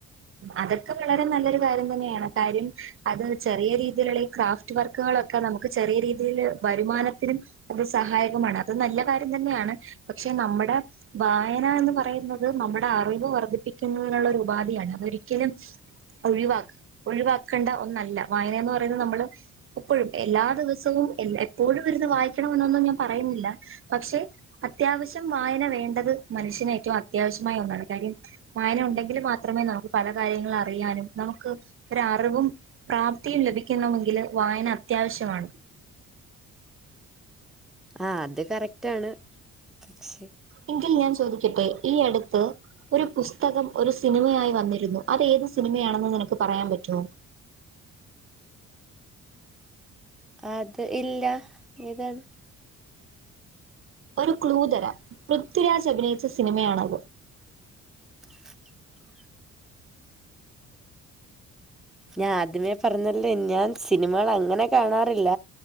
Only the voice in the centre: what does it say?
ആഹ് അത് കറക്റ്റാണ് പക്ഷെ
അത് ഇല്ല ഏതാത്
<unintelligible> ഞാൻ ആദ്യമേ പറഞ്ഞല്ലേ ഞാൻ സിനിമകൾ അങ്ങനെ കാണാറില്ല